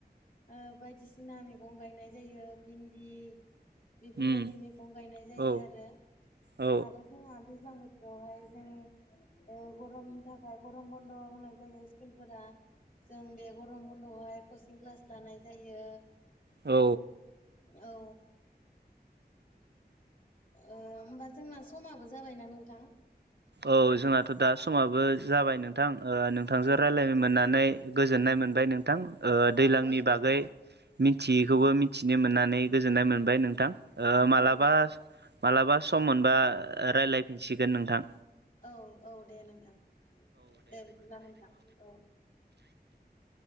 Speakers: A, on the left (about 55°); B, on the right (about 80°).
A: ओ बायदिसिना मैगं गायनाय जायो भिन्दि बेफोरबायदि
B: उम
A: मैगं गायनाय जायो
B: औ
A: आरो।
B: औ
A: आरो जोंहा दैज्लां बोथ थोरावहाय जों ओ गरमनि थाखाय गरम बन्द' होनाय जायो स्कुलफोरा। जों बे गरम बन्द'आवहाय कचिं क्लास लानाय जायो।
B: औ।
A: औ। ओ होमबा जोंना समाबो जाबायना नोंथां?
B: औ जोंनाथ' दा समाबो जाबाय नोंथां। ओ ोंथांजों
A: औ
B: रायलायनो
A: नोंथां
B: मोननानै गोजोननाय मोनबाय नोंथां ओ दैलांनि
A: औ गोजोनबाय
B: बागै
A: नोंथां
B: मिथियैखौबो मिथिनो मोननानै गोजोननाय मोनबाय नोंथां। ओ
A: औ
B: मालाबा
A: नोंथां
B: मालाबा सम मोनबा रायलायफिनसिगोन नोंथां।
A: औ औ दे नोंथां दे बिदिब्ला नोंथां औ।